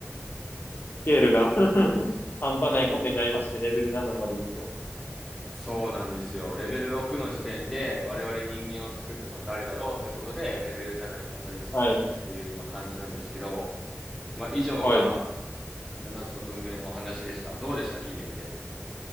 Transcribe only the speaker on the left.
スケールが <laughs> 半端ないことになりまして、レベル7まで行くと。
はい。
はい。